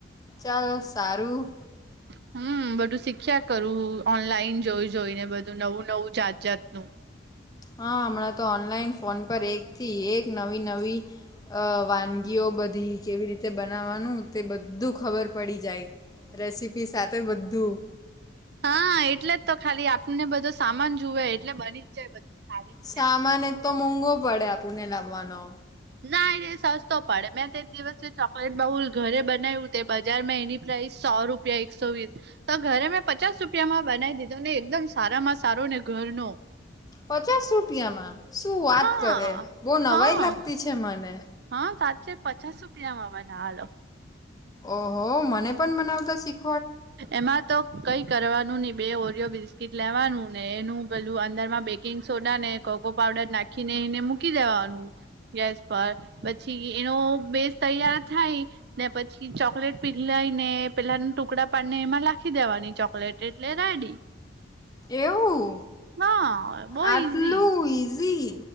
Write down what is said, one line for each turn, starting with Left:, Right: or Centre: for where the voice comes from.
Left: ચાલો સારું.
Right: <unintelligible> હમ બધું શીખ્યા કરું ઓનલાઈન જોઈ જોઈને બધું નવું નવું જાત જાતનું.
Left: હા હમણાં તો ઓનલાઈન ફોન પર એકથી એક નવી નવી અ વાનગીઓ બધી કેવી રીતે બનાવવાનું તે બધું ખબર પડી જાય. રેસીપી સાથે બધું.
Right: હા એટલે જ તો ખાલી આપણને બધો સામાન જુવે એટલે બની જાય. સારી રીતે.
Left: સામાન એ તો મોંઘો પડે આપુને લાવવાનો.
Right: ના એ સસ્તો પડે મેં તે દિવસે ચોકલેટ બ્રાઉન ઘરે બનાવ્યું તે બજારમાં એની પ્રાઇસ સો રૂપિયા એક્સો વીસ તો ઘરે મેં પચાસ રૂપિયામાં બનાવી દીધો ને એકદમ સારામાં સારો ને ઘરનો
Left: પચાસ રૂપિયામાં શું વાત
Right: હા
Left: કરે બહુ નવાઈ
Right: હા
Left: લાગતી છે મને
Right: હા સાચ્ચે છે પચાસ રૂપિયામાં બનાવેલો.
Left: ઓહો મને પણ બનાવતા શીખવો.
Right: એમાં તો કંઈ કરવાનું નહી બે ઓરિયો બિસ્કીટ લેવાનું ને એનું પેલું અંદર માં બેકિંગ સોડા ને કોકો પાવડર નાખી ને એને મુકી દેવાનું ગેસ પર પછી એનો બેસ તૈયાર થાય. ને પછી ચોકલેટ પીગલાયને પેલા ટુકડા પાડીને એમાં નાખી દેવાની ચોકલેટ એટલે રેડી.
Left: એવું
Right: હા બહુ
Left: આટલું
Right: ઈઝી
Left: ઇઝી